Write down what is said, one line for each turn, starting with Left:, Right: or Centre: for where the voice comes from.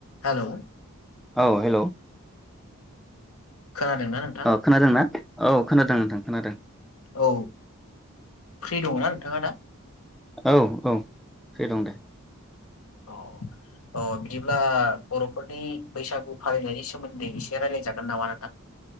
Left: Hello.
Centre: औ hello.
Left: खोनादोंना नोंथां
Centre: औ खोनादों ना औ खोनादों नोंथां खोनादों।
Left: औ फ्रि दङना नोंथाङा दा
Centre: औ औ फ्रि दं दे।
Left: अ औ बिदिब्ला बर'फोरनि बैसागु फालिनायनि सोमोन्दै एसे रायलाय जागोन नामा नोंथां?